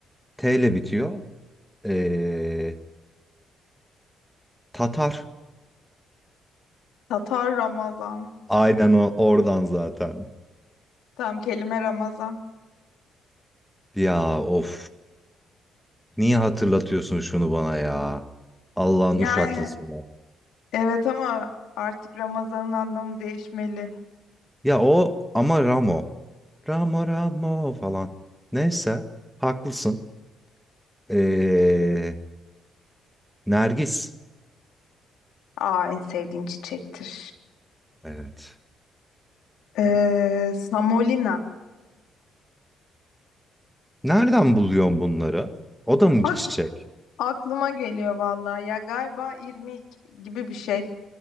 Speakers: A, in the centre; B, on the left (about 80°).
A: T ile bitiyor. Ee, Tatar.
B: Tatar Ramazan.
A: Aynen o oradan zaten.
B: Tam kelime Ramazan.
A: Ya of. Niye hatırlatıyorsun şunu bana ya? Allah'ın
B: Yani
A: uşaklısını.
B: evet ama artık Ramazan'ın anlamı değişmeli.
A: Ya o ama Ramo. Ramo Ramo falan. Neyse. Haklısın. Ee, Nergis.
B: Aa en sevdiğim çiçektir.
A: Evet.
B: Ee, Samolina.
A: Nereden buluyorsun bunları? O da mı
B: Ak-
A: bir çiçek?
B: aklıma geliyor vallahi. Ya galiba irmik gibi bir şey.